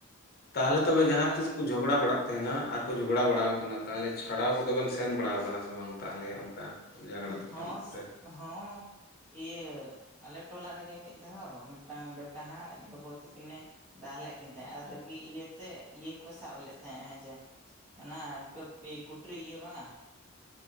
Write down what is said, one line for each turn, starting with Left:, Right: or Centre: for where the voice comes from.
Left: ᱛᱟᱦᱚᱞᱮ
Right: ᱟᱞᱮ
Left: ᱛᱚᱵᱮ ᱡᱟᱦᱟᱸ
Right: ᱴᱚᱞᱟᱨᱮ
Left: ᱛᱤᱥ ᱠᱚ ᱡᱷᱚᱜᱽᱲᱟ ᱵᱟᱲᱟᱜ ᱛᱟᱦᱮᱱᱟ ᱟᱨᱠᱚ ᱡᱷᱚᱜᱲᱟ ᱵᱟᱲᱟ ᱟᱠᱟᱱᱟ ᱛᱟᱦᱚᱞᱮ ᱪᱷᱟᱲᱟᱣ ᱠᱚᱫᱚ ᱵᱮᱱ ᱥᱮᱱ ᱵᱟᱲᱟ ᱟᱠᱟᱱᱟ ᱥᱮ ᱵᱟᱝ ᱛᱟᱦᱚᱞᱮ ᱚᱱᱠᱟ, ᱡᱷᱟᱜᱽᱲᱟ ᱛᱟᱯᱟᱢ
Right: ᱦᱚᱸ ᱥᱮ
Left: ᱨᱮ
Right: ᱦᱚᱸ ᱤᱭᱟᱹ ᱟᱞᱮ ᱴᱚᱞᱟ ᱨᱮᱜᱮ ᱢᱤᱫ ᱫᱷᱟᱣ ᱢᱤᱫᱴᱟᱝ ᱵᱮᱴᱟ ᱱᱟᱦᱟᱜ ᱟᱡ ᱜᱚᱜᱚ ᱛᱟᱠᱤᱱᱮ, ᱫᱟᱜᱴ ᱞᱮᱫ ᱠᱤᱱ ᱛᱟᱦᱮᱸᱱᱟ ᱟᱨ ᱨᱟᱹᱜᱤ ᱤᱭᱟᱹᱛᱮ ᱤᱭᱟᱹ ᱠᱚ ᱥᱟᱵ ᱞᱮᱫ ᱛᱟᱦᱮᱸᱜᱼᱟ ᱦᱮᱸ ᱡᱮ, ᱚᱱᱟ ᱠᱟ. ᱯᱤ ᱠᱩᱴᱨᱤ ᱤᱭᱟᱹ ᱵᱟᱝᱟ